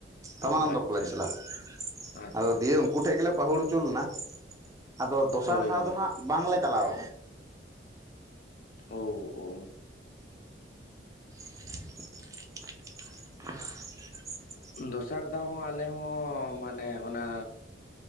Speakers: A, on the right; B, on the left.
A: ᱨᱟᱢᱟᱱᱚᱱᱫᱚ
B: ᱚ ᱟᱪᱪᱷᱟ
A: ᱠᱚᱞᱮᱡᱽ ᱪᱟᱞᱟᱜ
B: ᱟᱪᱪᱷᱟ
A: ᱟᱫᱚ ᱫᱤᱭᱮ ᱩᱱᱼᱼ ᱩᱱᱠᱩ ᱴᱷᱮᱱ ᱜᱮᱞᱮ ᱯᱟᱹᱦᱩᱲ ᱦᱚᱪᱚ ᱞᱮᱱᱟ ᱟᱫᱚ ᱫᱚᱥᱟᱨ
B: ᱦᱳᱭ
A: ᱫᱷᱟᱣ
B: ᱦᱳᱭ
A: ᱫᱚ ᱦᱟᱸᱜ ᱵᱟᱝᱞᱮ ᱪᱟᱞᱟᱣ ᱟᱠᱟᱱᱟ᱾
B: ᱳ ᱳ᱾
A: <inaudible>
B: ᱫᱚᱥᱟᱨ ᱫᱷᱟᱣ ᱦᱚᱸ ᱟᱞᱮ ᱦᱚᱸ ᱢᱟᱱᱮ ᱚᱱᱟᱼᱼ